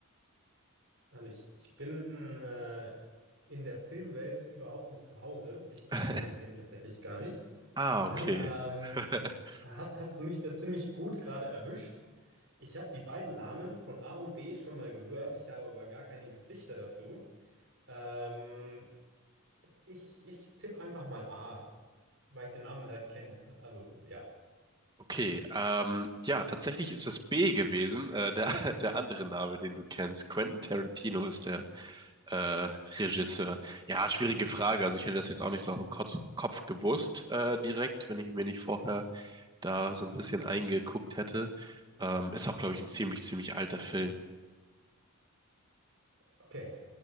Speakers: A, on the right; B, on the right.
A: Also ich, ich bin äh, in der Filmwelt überhaupt nicht zu Hause. Ich
B: <laughs>
A: kenne den Film tatsächlich gar nicht.
B: Ah,
A: <laughs> Ähm,
B: okay. <laughs>
A: hast, hast du mich da ziemlich gut gerade erwischt? Ich habe die beiden Namen von A und B schon mal gehört. Ich habe aber gar keine Gesichter dazu. Ähm, ich, ich tippe einfach mal A, weil ich den Namen halt kenne. Also ja,
B: Okay, ähm, ja, tatsächlich ist es B gewesen, äh, der, <laughs> der andere Name, den du kennst. Quentin Tarantino ist der äh, Regisseur. Ja, schwierige Frage. Also ich hätte das jetzt auch nicht so auf den Kotz- Kopf gewusst äh, direkt, wenn ich mir nicht vorher da so ein bisschen eingeguckt hätte. Ähm, ist auch, glaube ich, ein ziemlich, ziemlich alter Film.
A: okay.